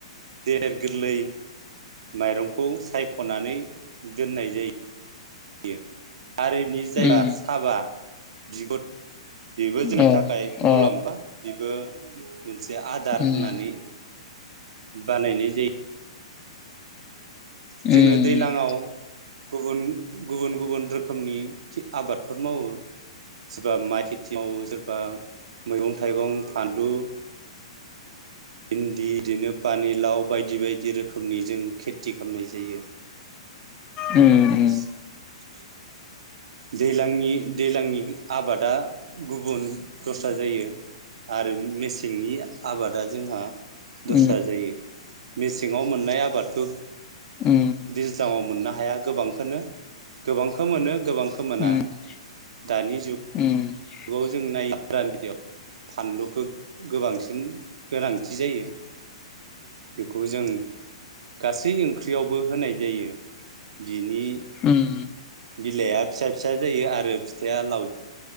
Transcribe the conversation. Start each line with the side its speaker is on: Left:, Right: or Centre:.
Right: देर गोरलै माइरंखौ सायख'नानै दोननाय जायो। यो आरोनि जायबा
Left: उम
Right: साबा
Left: उम
Right: बिगुद बेबो जोंनि
Left: अ
Right: थाखाय
Left: अ
Right: मुलाम्फा बेबो मोनसे आदार
Left: उम
Right: होननानै बानायनाय जा
Left: उम
Right: जोंङो दैज्लांव
Left: उम
Right: गुबुन गुबुन गुबुन रोखोमनि आबादफोर मावो सोरबा माइ खेथि मावो सोरबा मैगं थाइगं फानलु भिन्दि बिदिनो पानिलाव बायदि बायदि रोखोमनि जों खेथि खामनाय जायो।
Left: अम अम
Right: <inaudible> दैलांनि-दैलांनि आबादा गुबुन दस्रा जायो आरो मेसेंनि आबादा जोंहा दस्रा
Left: नंगौ उम
Right: जायो मेसेङाव मोननाय आबादखौ
Left: उम
Right: दैजलाङाव मोननो हाया गोबांखोनो गोबांखो मोनो गोबां खो मोना
Left: उम उम
Right: दानि जुग
Left: उम
Right: जुगाव जों नाय गोरांथियाव फानलुखौ गोबांसिन गोनांथि जायो बेखौ जों गासै ओंख्रियावबो होनाय जायो बिनि
Left: उम
Right: बिलाइआ फिसा फिसा जायो आरो फिथाइा लाव